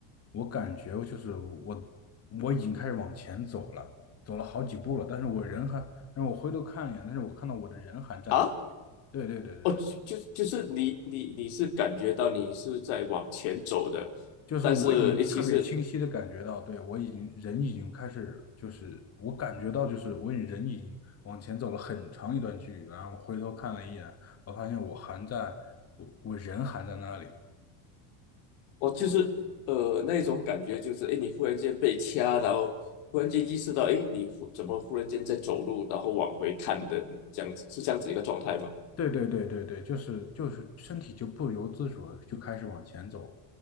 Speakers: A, on the left (about 30°); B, on the left (about 70°).
A: 我感觉就是我我已经开始往前走了，走了好几步了，但是我人还，但是我回头看了一眼，但是我看到我的人还站在那里
B: 啊，
A: 对对对对对。
B: 哦，就就是你你你是感觉到你是在往前走的，
A: 就是我已经特别清晰的感觉到，
B: 但是诶，其实
A: 对，我已经人已经开始，就是我感觉到，就是我已经人已经往前走了很长一段距离了然后回头看了一眼，我发现我还在，我我人还在那里，
B: 哦，就是呃那种感觉，就是哎，诶你忽然间被掐，然后忽然间意识到，哎，你忽怎么忽然间在走路，然后往回看的，这样子是这样子一个状态吗？
A: 对对对对对，就是就是身体就不由自主的就开始往前走，